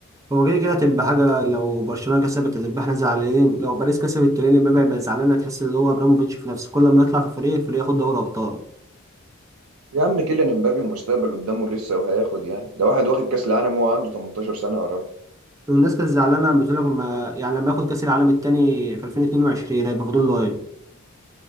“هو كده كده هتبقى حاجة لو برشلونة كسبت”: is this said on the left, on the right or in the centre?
Right